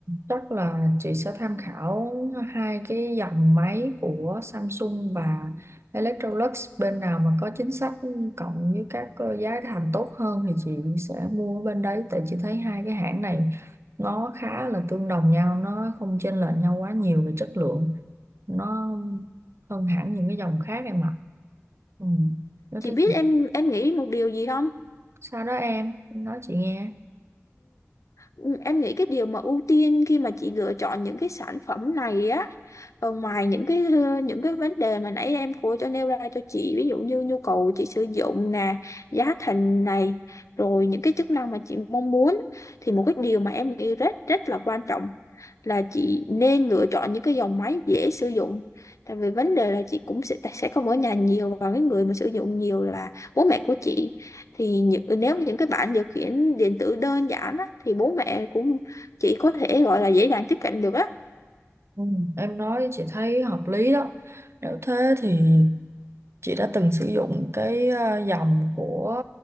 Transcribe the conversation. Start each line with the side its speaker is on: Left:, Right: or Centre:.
Right: chắc là chị sẽ tham khảo hai cái dòng máy của Samsung và Electrolux bên nào mà có chính sách cộng với các ờ, giá thành tốt hơn thì chị sẽ mua ở bên đấy tại chị thấy hai cái hãng này nó khá là tương đồng nhau nó không chênh lệch nhau quá nhiều về chất lượng nó hơn hẳn những cái dòng khác em ạ ừ. Nó
Left: Chị
Right: thế
Left: biết em em nghĩ một điều gì không?
Right: sao đó em nói chị nghe
Left: Ừ, Em nghĩ cái điều mà ưu tiên khi mà chị lựa chọn những cái sản phẩm này á, ờ, ngoài những cái ờ, những cái vấn đề mà nãy em cô cho nêu ra cho chị, ví dụ như nhu cầu chị sử dụng nè, giá thành này, rồi những cái chức năng mà chị mong muốn, thì một cái điều mà em nghĩ rất rất là quan trọng là chị nên lựa chọn những cái dòng máy dễ sử dụng tại vì vấn đề là chị cũng sẽ sẽ không ở nhà nhiều và cái người mà sử dụng nhiều là bố mẹ của chị thì những, nếu những cái bảng điều khiển điện tử đơn giản á, thì bố mẹ cũng chị có thể gọi là dễ dàng tiếp cận được á
Right: Ừ, em nói chị thấy hợp lý đó. Nếu thế thì chị đã từng sử dụng cái ờ, dòng của